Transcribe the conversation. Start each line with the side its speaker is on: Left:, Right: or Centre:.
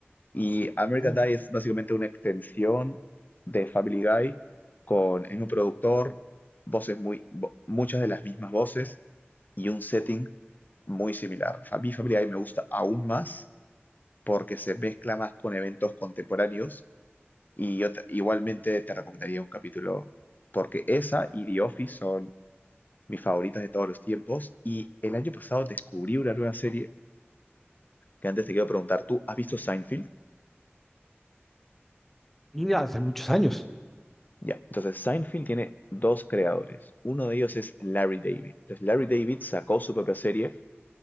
Left: y American
Centre: Mm,
Left: Dad es básicamente una extensión de Family Guy con el mismo productor, voces muy, vo- muchas de las mismas voces y un setting muy similar. A mí Family Guy me gusta aún más porque se mezcla más con eventos contemporáneos y yo te- igualmente te recomendaría un capítulo porque esa y The Office son mis favoritas de todos los tiempos. Y el año pasado descubrí una nueva serie que antes te quiero preguntar, ¿tú has visto Seinfeld?
Centre: Y hace muchos años.
Left: Ya, entonces Seinfeld tiene dos creadores. Uno de ellos es Larry David. Entonces Larry David sacó su propia serie